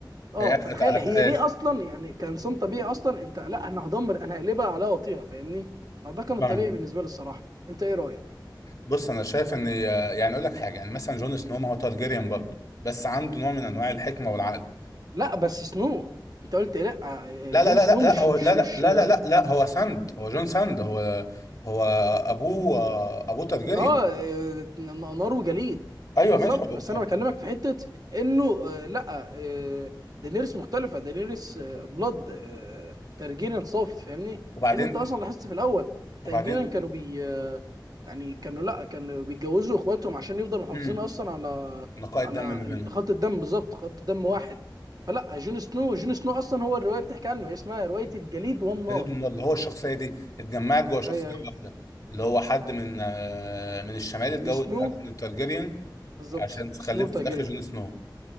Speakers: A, on the right (about 55°); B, on the left (about 40°).
A: اه
B: هي- أت-
A: فتخيل
B: أت-
A: هي
B: أت-
A: ليه اصلا يعني كانسان طبيعي اصلا انت لا انا هدمر انا هقلبها على وطيها فاهمني فده كان
B: فاهمك
A: الطبيعي بالنسبه لي الصراحه انت ايه رايك
B: بص أنا شايف إن آه، يعني أقول لك حاجة يعني مثلا جون سنو ما هو تارجيريان برضه بس عنده نوع من أنواع الحكمة والعقل
A: لا بس سنو انت قلت إيه؟ لا
B: لا
A: آه، جون
B: لا لا
A: سنو
B: لا
A: مش
B: لا هو
A: مش
B: لا لا
A: مش
B: لا لا لا, لا هو ساند هو جون ساند هو هو أبوه آه، أبوه تارجيريان
A: اه آه، نار وجليد
B: أيوه
A: بالظبط
B: ماشي هو-
A: بس انا بكلمك في حته انه آه لا آه دينيريس مختلفه دينيريس آه بلاد آه ترجينا صافي فاهمني
B: وبعدين
A: لان انت اصلا لاحظت في الاول الترجينا
B: وبعدين
A: كانوا بي آه يعني كانوا لا كانوا بيتجوزوا اخواتهم عشان يفضلوا محافظين
B: امم
A: اصلا على
B: نقاء
A: على
B: الدم ما بينهم
A: خط الدم بالظبط خط دم واحد فلا جون سنو جون سنو اصلا هو الروايه بتحكي عنه هي اسمها روايه الجليد والنار
B: جديد من النار، اللي هو الشخصيه دي اتجمعت جوه شخصيه
A: ايوه ايوه
B: واحده اللي هو حد من آه، من الشمال اتجوز
A: من سنو
B: حد من التارجيريان
A: بالظبط
B: عشان تخلفه
A: سنو تايجيريا
B: في الاخر جون سنو